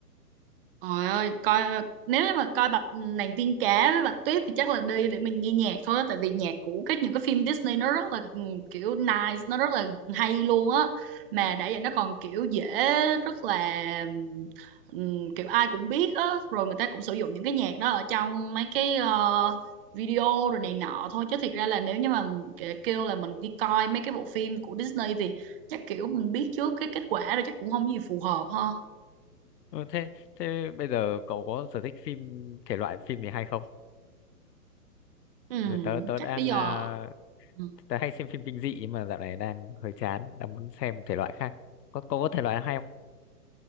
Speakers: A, on the right; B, on the left.
A: Trời ơi, coi nếu mà coi bạch nàng tiên cá với bạch tuyết thì chắc là đi để mình nghe nhạc thôi á, tại vì nhạc của các những cái phim Disney nó rất là ừ, kiểu nice, nó rất là hay luôn á. Mà đã vậy nó còn kiểu dễ rất là ừm, kiểu ai cũng biết á, rồi người ta cũng sử dụng những cái nhạc đó ở trong mấy cái ờ, video rồi này nọ thôi chứ thiệt ra là nếu như mà kể- kêu là mình đi coi mấy cái bộ phim của Disney thì chắc kiểu mình biết trước cái kết quả rồi chắc cũng không gì phù hợp ha.
B: ừ, thế thế bây giờ cậu có sở thích phim thể loại phim gì hay không
A: Ừ,
B: Rồi tớ tớ
A: chắc
B: đang
A: bây giờ
B: à,
A: ừ,
B: tớ hay xem phim kinh dị nhưng mà dạo này đang hơi chán đang muốn xem thể loại khác có cậu có thể loại hay không